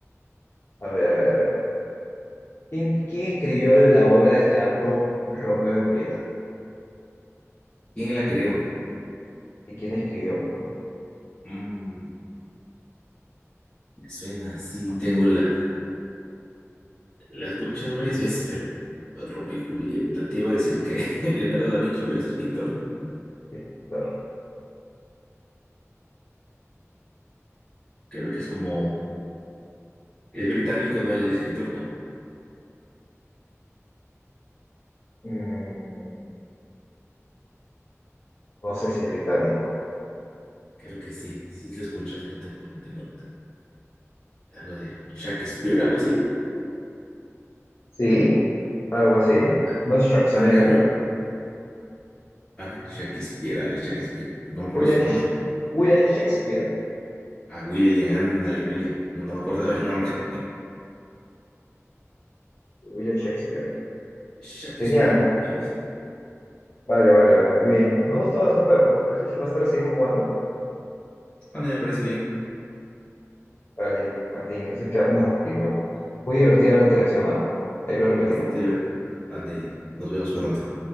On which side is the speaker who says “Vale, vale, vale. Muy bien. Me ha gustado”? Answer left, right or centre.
Left